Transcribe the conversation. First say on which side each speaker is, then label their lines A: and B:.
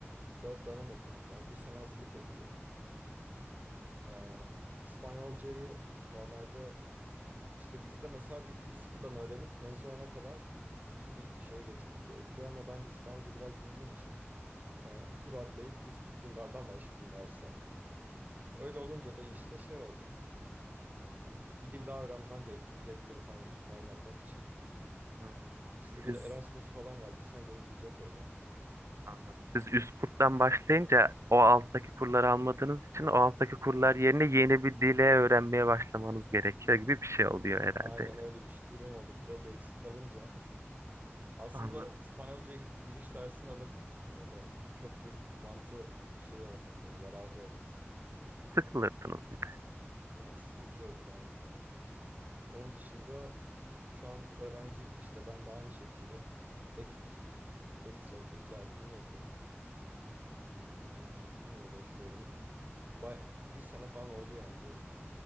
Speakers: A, on the right; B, on the right.
A: Dört dönem okudum daha. Bir sene hazırlık okudum. Ee, İspanyolcayı normalde İşte bizde mesela bir dili sıfırdan öğrenip mezun mezuna kadar iyi bir şeye getirmek gerekiyor. Ama ben İspanyolca biraz bildiğim için e, kur atlayıp üst kurlardan başladım derse. Öyle olunca da işte şey oldu. e, bir dil daha öğrenmem gerekti kredileri tam, tamamlamak için.
B: Hmm.
A: İşte bir
B: Siz
A: de Erasmus falan var. Bir sene de uzayacak öyle.
B: anladım. Siz üst kurttan başlayınca o alttaki kurları almadığınız için o alttaki kurlar
A: Aynen.
B: yerine yeni bir dile öğrenmeye başlamanız gerekiyor gibi bir şey oluyor
A: A-
B: herhalde.
A: Aynen öyle bir şey- durum oldu. Kredi eksik kalınca. Aslında
B: Anladım.
A: İspanyolca'ya gidip giriş dersini alabilirim de çok bir mantığı şey olmaz yani yararı olmaz.
B: Sıkılırsınız bir de.
A: Ha, sıkıcı olur aynen. Onun dışında şu an öğrenci işte ben de aynı şekilde ek ekstra vakitlerde bunu yapıyorum. Aa, bununla uğraşıyorum. Bay, bir sene falan oldu yani bu